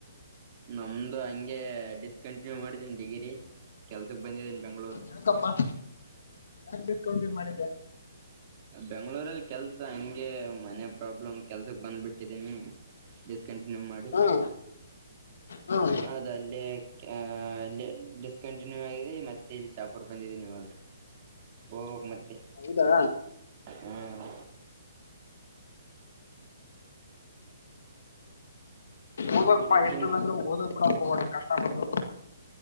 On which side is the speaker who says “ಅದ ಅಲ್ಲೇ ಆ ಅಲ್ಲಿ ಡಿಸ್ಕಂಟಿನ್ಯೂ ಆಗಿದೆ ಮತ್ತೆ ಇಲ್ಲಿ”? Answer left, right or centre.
Right